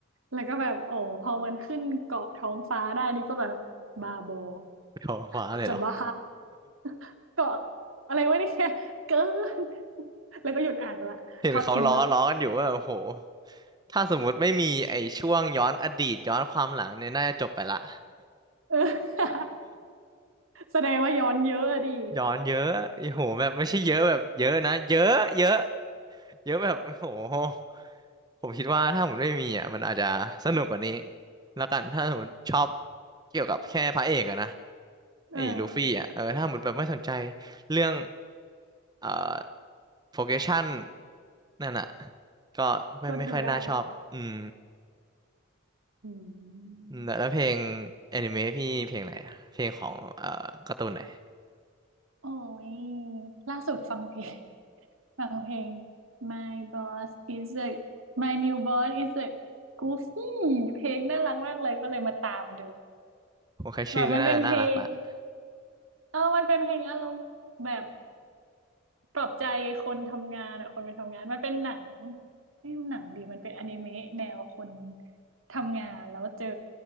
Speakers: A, on the right; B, on the right.
A: แล้วก็แบบโอ้พอมันขึ้นเกาะท้องฟ้าได้นี่ก็แบบบ้าบอ
B: ไม่ขอคว้าเลยเหรอ
A: กูจะบ้า <laughs> เกาะอะไรวะเนี่ยเกิน แล้วก็หยุดอ่านไปละทอดทิ้งไปละ
B: <laughs> เห็นเขาล้อล้อกันอยู่ว่าโอ้โหถ้าสมมุติไม่มีไอ้ช่วงย้อนอดีตย้อนความหลังเนี่ย น่าจะจบไปละ
A: <laughs> เออ <laughs> แสดงว่าย้อนเยอะอะดิ
B: <laughs> ย้อนเยอะโอ้โหแบบไม่ใช่เยอะแบบเยอะนะ เยอะ เยอะ เยอะแบบ <laughs> โอ้โหผมคิดว่าถ้าผมไม่มีอ่ะมันอาจจะสนุกกว่านี้แล้วกันถ้าสมมติชอบเกี่ยวกับแค่พระเอกอะนะ
A: เออ
B: ไอ้ลูฟี่อ่ะเออถ้าสมมติแบบไม่สนใจเรื่องเอ่อโปรเกชันนั่นอ่ะก็ไม่ไม่ค่อยน่าชอบอืม
A: ก็ดูได้อืม
B: อืมแล้วแล้วเพลงแอนิเมะพี่เพลงไหนอะเพลงของเอ่อการ์ตูนไหน
A: โอ้ยล่าสุดฟังเพลงฟังเพลง My boss is a My new boss is a goofy เพลงน่ารักมากเลยก็เลยมาตามดู
B: ผมแค่ชื่อก็น่าน่ารักละ
A: แบบมันเป็นเพลงเออมันเป็นเพลงอารมณ์แบบปลอบใจคนทำงานอะคนไปทำงานมันเป็นหนังไม่หนังดีมันเป็นอนิเมะแนวคนทำงานแล้วเจอ